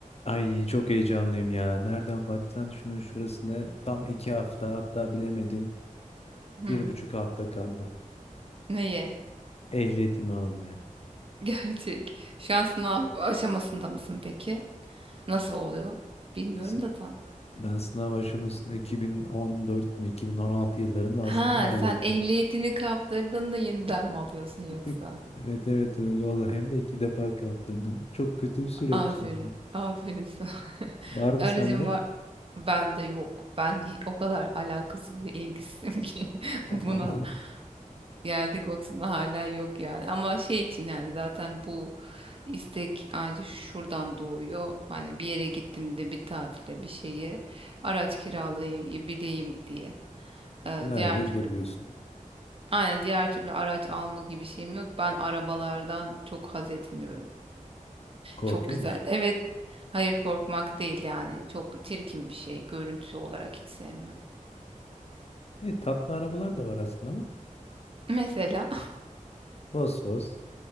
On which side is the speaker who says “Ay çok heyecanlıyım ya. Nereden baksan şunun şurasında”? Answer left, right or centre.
Left